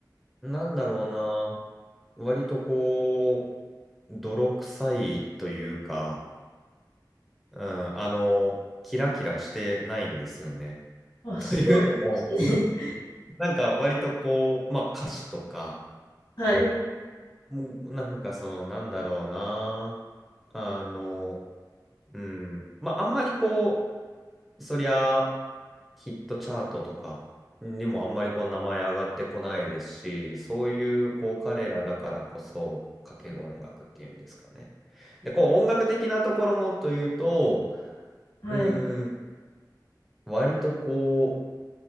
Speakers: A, in the centre; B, on the left (about 70°).
A: なんだろうな、割とこう、泥臭いというか、うん、あの、キラキラしてないんですよね。
B: あ、
A: <laughs>
B: そうなんですね。
A: というのも、
B: <laughs>
A: なんか割とこう、まあ歌詞とか、
B: はい。
A: もうなんかその、なんだろうな、あの、うん。まあ、あんまりこう、そりゃ、ヒットチャートとかにもあんまりこう、名前上がってこないですし、そういう、こう、彼らだからこそ、かける音楽っていうんですかね。で、こう、音楽的なところもというと、
B: はい。
A: うん、割とこう、